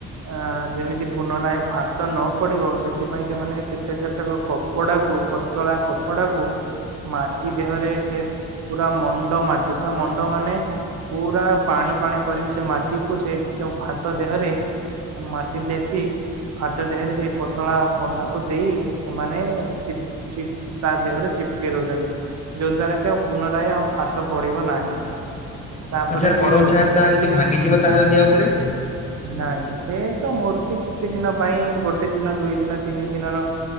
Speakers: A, on the right; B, on the left.
A: ଅ ଯେମିତି ପୁନରାୟ ଫାଟ ନ ପଡିବ ସେଥିପାଇଁ ସେମାନେ କେତେ କେତେକ କପଡାକୁ ପତଳା କପଡାକୁ ମାଟି ଦେହରେ ସେ ପୁରା ମଣ୍ଡ ମାଟି ପୁରା ମଣ୍ଡ ଫଟ ମାନେ ପୁରା ପାଣି ପାଣି କରିକି ସେ ମାଟିକୁ ସେ ଯୋଉ ଫାଟ ଦେହରେ ମାଟି ଲେସିି ଫାଟ ଦେହରେ ସେଇ ପତଳା କନାକୁ ଦେଇ ସେମାନେ ଚିପ ତା ଦେହରେ ଚିପ୍ କେଇ ଦଉଚନ୍ତି। ଯୋଉ ଦ୍ଵାରା କି ଆଉ ପୁନରାୟ ଆଉ ଫାଟ ପଡିବ ନାହିଁ। ତାପରେ
B: ଆଛା
A: ସିଏ
B: ପର
A: ସୁ
B: ଚିଆର ତା ଯଦି ଭାଙ୍ଗିଯିବ ତାହେ ଯଦି ଭାଙ୍ଗିଯିବ ତାହେଲେ ଦିଅ ଆଉ ଥରେ।
A: ନାଇଁ ସେ ତ ମୂର୍ତ୍ତି କିଛି ଦିନ ପାଇଁ ଗୋଟେ ଦିନ ଦୁଇ ଦିନ ତିନି ଦିନର